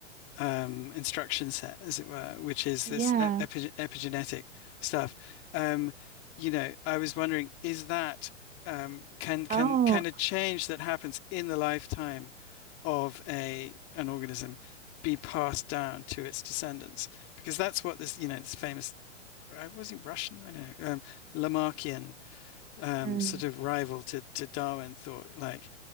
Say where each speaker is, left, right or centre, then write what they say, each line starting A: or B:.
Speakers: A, on the left; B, on the right.
A: um, instruction set, as it were, which is
B: yeah.
A: this e- epi- epigenetic stuff. Um, you know, I was wondering, is that um, can can
B: Oh,
A: can a change that happens in the lifetime of a an organism be passed down to its descendants? Because that's what this, you know, this famous, I was he Russian? I don't know, um, Lamarckian um,
B: mm.
A: sort of rival to, to Darwin thought, like